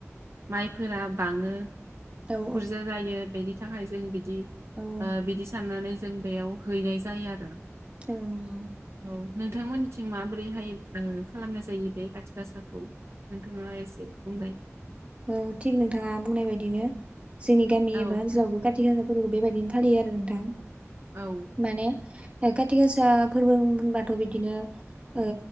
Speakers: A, on the right; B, on the right.
A: माइफोरा बाङो
B: औ
A: बुरजा जायो बेनि थाखाय जों बिदि
B: औ
A: ओ बिदि साननानै जों बेयाव हैनाय जायो आरो
B: औ नोंगौ।
A: औ नोंथांमोननिथिं माबोरैहाय ओ खालामनाय जायो बे खाथि गासाखौ। नोंथाङा एसे बुंलाय
B: औ थिग नोंथाङा बुंनाय बायदिनो जोंनि गामि
A: औ
B: एबा ओनसोलावबो गा थिखा गासाफोरखौ बेबायदिनो फालियो आरो नोंथां
A: औ
B: माने खाति गासा फोरबो होनबाथ' बिदिनो ओ